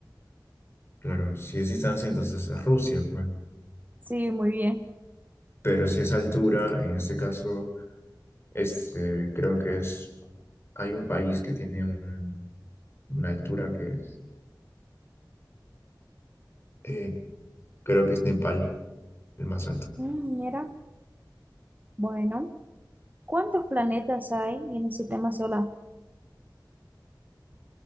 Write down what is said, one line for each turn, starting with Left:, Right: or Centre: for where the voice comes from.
Left: Claro, si es distancia, entonces es Rusia, pues.
Right: Sí, muy bien.
Left: Pero si es altura, en este caso, este, creo que es... Hay un país que tiene un- una altura que eh, creo que es Nepal, el más alto.
Right: Mm, mira, bueno, ¿cuántos planetas hay en el sistema solar?